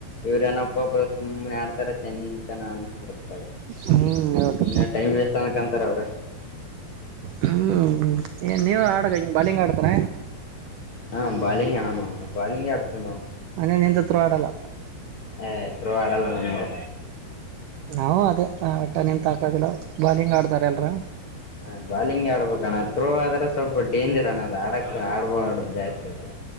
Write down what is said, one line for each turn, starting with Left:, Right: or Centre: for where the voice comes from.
Left: ಇವ್ರೇನಪ್ಪಬ್ ಸುಮ್ಮನೆ ಆಡ್ತಾರ ಚಂತನ ಅನ್ಸ್ಬಿಡ್ತದ
Right: ಹ್ಮ್ ಹೌದು
Left: ಇನ್ನ ಟೈಮ್ ವೇಸ್ಟ್ ಅನ್ನ ಕಂತಾರ ಅವ್ರ
Right: ಹ್ಮ್ ಏನ್ ನೀವ ಆಡಗ ಹಿಂಗ್ ಬಾಲಿಂಗ್ ಆಡ್ತಾರ
Left: ಹ್ಮ ಬಾಲಿಂಗ್ಣಾನ ಬಾಲಿಂಗ್ ಅಡತನ
Right: ಅಂದ ನಿನ್ ಹತ್ರ ಆಡಲ್ಲ
Left: ಎ ಆಡಲ್ಲಣ ನಿಡು
Right: ನಾವವು ಅದ ಟ ನಿಂತ ಹಕೋದಿಲ್ಲ ಬಾಲಿಂಗ್ ಆಡ್ತಾರ ಎಲ್ರ
Left: ಹ ಬಾಲಿಂಗ್ ಆಡ್ಬಬೇಕಣ ಥತ್ರೋ ಆದ್ರೆ ಸ್ವಲ್ಪ ಡೇಂಜರ್ ಅಣ್ಣ ಅ ಆಡಕ್ ಆಡ್ಬೋ ಜಾಸ್ತಿ ಅ